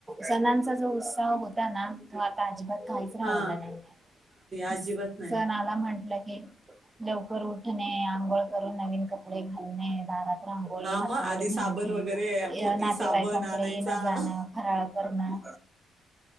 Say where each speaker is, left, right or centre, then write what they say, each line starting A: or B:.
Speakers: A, on the right (about 20°); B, on the right (about 40°).
A: सणांचा जो उत्सव होता ना तो आता नाई <unintelligible> काहीच राहायला
B: हा
A: नाही
B: अजिबात नाही
A: सण आला म्हंटलं की की लवकर उठणे आंघोळ करून नवीन कपडे घालणे दारात रांगोळी
B: हा
A: हातावर
B: मग आधी साबण
A: मेहंदी
B: वगैरे मोती
A: ये नातेवाईकांकडे
B: साबण आणायचा
A: येणं जाणं फराळ करणं